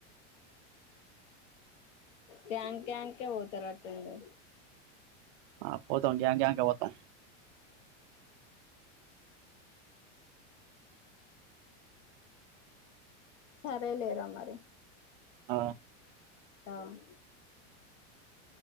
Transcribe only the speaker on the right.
ఆ పోతాం జామకాయనికే పోతం.
ఆ